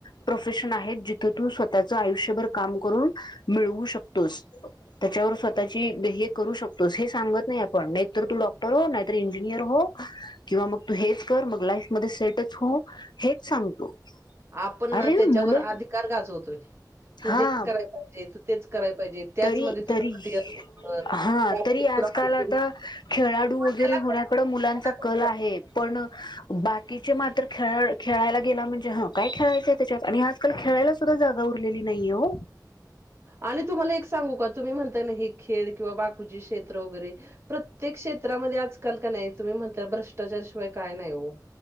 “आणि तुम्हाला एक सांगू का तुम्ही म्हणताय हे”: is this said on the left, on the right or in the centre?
Right